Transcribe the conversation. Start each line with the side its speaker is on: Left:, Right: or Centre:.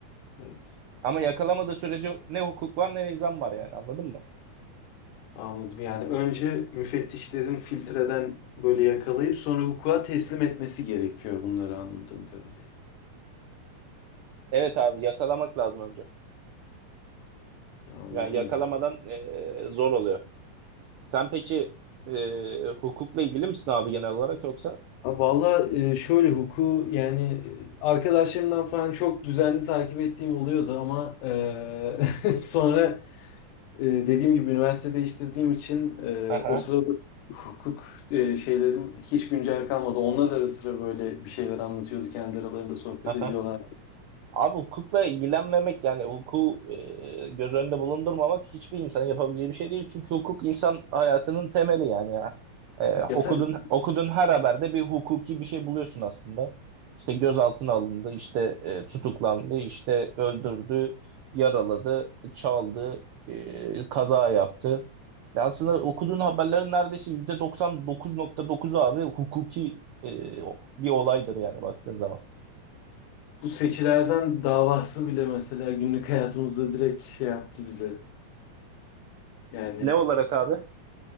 Left: Evet.
Right: Ama yakalamadığı sürece ne hukuk var ne nizam var yani anladın mı?
Left: Anladım. Yani önce müfettişlerin filtreden böyle yakalayıp sonra hukuka teslim etmesi gerekiyor bunları anladığım kadarıyla.
Right: Evet abi yakalamak lazım önce.
Left: Anladım
Right: Yani yakalamadan
Left: ya.
Right: eee, zor oluyor. Sen peki eee, hukukla ilgili misin abi genel olarak yoksa?
Left: Ha, Valla e, şöyle hukuku yani e, arkadaşlarımdan falan çok düzenli takip ettiğim oluyordu ama e, <laughs> sonra E, dediğim gibi üniversite değiştirdiğim için e,
Right: Aha,
Left: o sırada hukuk e, şeylerim hiç güncel kalmadı. Onlar ara sıra böyle bir şeyler anlatıyordu. Kendi aralarında sohbet
Right: aha.
Left: ediyorlar.
Right: Abi hukukla ilgilenmemek yani hukuku e, göz önünde bulundurmamak hiçbir insanın yapabileceği bir şey değil. Çünkü hukuk insan hayatının temeli yani ya. E, okudun
Left: Ya tabii
Right: okudun her haberde bir hukuki bir şey buluyorsun aslında. İşte gözaltına alındı, işte e, tutuklandı, işte öldürdü, yaraladı, çaldı, e, kaza yaptı. Yani aslında okuduğun haberlerin neredeyse %99.9'u abi hukuki e, bir olaydır yani baktığın zaman.
Left: bu Seçil Erzan davası bile mesela günlük hayatımızda direkt şey yaptı bize. Yani
Right: Ne olarak abi?